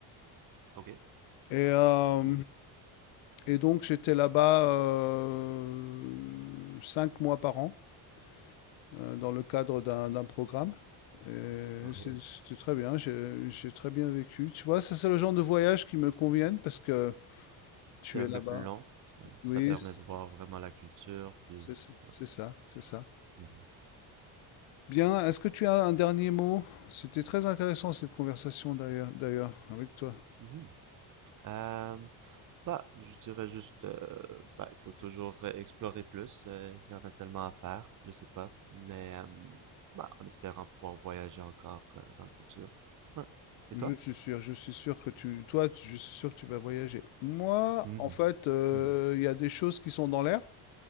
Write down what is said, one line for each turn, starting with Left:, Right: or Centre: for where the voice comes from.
Right: Ok.
Left: Et, euh,
Right: Hmm,
Left: et donc j'étais là-bas euh, cinq mois par an. euh, dans le cadre d'un d'un programme. Et
Right: Ok.
Left: c'est- C'était très bien, j'ai j'ai très bien vécu. Tu vois, ça c'est le genre de voyage qui me conviennent parce que tu
Right: C'est un
Left: es là-bas.
Right: peu plus long. Ça,
Left: Oui,
Right: ça permet
Left: c'est
Right: de voir vraiment la culture, puis...
Left: c'est ça,
Right: Ouais.
Left: c'est ça. c'est ça.
Right: Mhm.
Left: Bien, est-ce que tu as un dernier mot? C'était très intéressant cette conversation d'ailleurs, d'ailleurs, avec toi.
Right: Mhm. Euh, bah, je dirais juste, euh, bah, il faut toujours euh, explorer plus. euh, Il y en a tellement à faire, je sais pas. Mais, euh, bah, en espérant pouvoir voyager encore euh, dans le futur. Ouais. Et
Left: Je
Right: toi?
Left: suis sûr, je suis sûr que tu, toi, tu- je suis sûr que tu vas voyager. Moi,
Right: Mhm,
Left: en fait, euh,
Right: mhm,
Left: il y a des choses qui sont dans l'air,